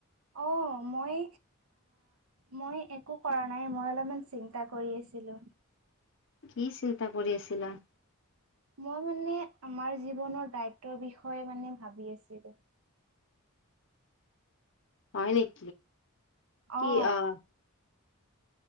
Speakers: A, on the right; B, on the left.
A: অ' মই মই একো কৰা নাই, মই অলপমান চিন্তা কৰি আছিলো।
B: কি চিন্তা কৰি আছিলা।
A: মই মানে আমাৰ জীৱনৰ দায়িত্বৰ বিষয়ে মানে ভাবি আছিলো।
B: হয় নেক কি
A: অ
B: আহ।